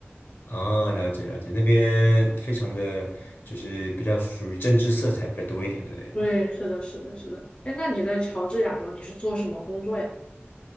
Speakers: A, on the left; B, on the left.
A: 哦，了解了解，那边非常的就是比较属于政治色彩比较多一点，对不对？
B: 对，是的，是的，是的。哎，那你在乔治亚州，你是做什么工作呀？